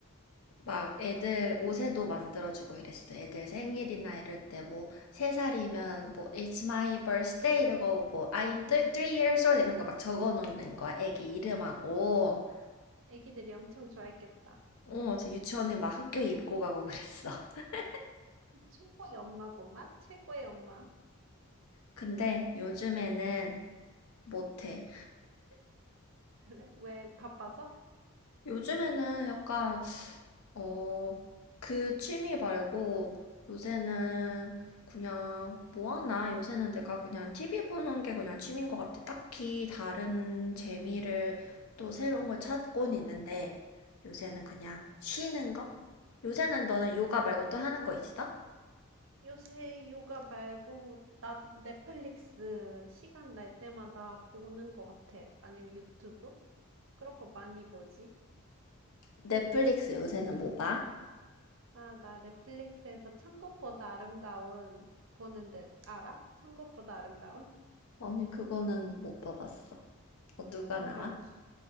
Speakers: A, on the left; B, on the right.
A: 막 애들 옷에도 만들어주고 이랬어. 애들 생일이나 이럴 때 뭐 세 살이면 뭐 It's my birthday 이러고 뭐 I'm th- three years old 이런 거 막 적어 놓는 거야. 애기 이름하고.
B: 애기들이 엄청 좋아했겠다.
A: 어, 저 유치원에 막 학교 입고 가고 그랬어. <laughs>
B: 최고의 엄마고만, 최고의 엄마.
A: 근데 요즘에는 못해.
B: 그래? 왜 바빠서?
A: 요즘에는 약간 어, 그 취미 말고 요새는 그냥 뭐 하나? 요새는 내가 그냥 TV 보는 게 그냥 취미인 것 같아. 딱히 다른 재미를 또 새로운 걸 찾곤 있는데 요새는 그냥 쉬는 거? 요새는 너는 요가 말고 또 하는 거 있어?
B: 요새 요가 말고 나 넷플릭스 시간 날 때마다 보는 거 같아. 아니면 유튜브? 그런 거 많이 보지?
A: 넷플릭스 요새는 뭐 봐?
B: 아, 나 넷플릭스에서 천국보다 아름다운 보는데 알아? 천국보다 아름다운?
A: 아니, 그거는 못 봐봤어. 어, 누가
B: 뭔가
A: 나와?
B: 기-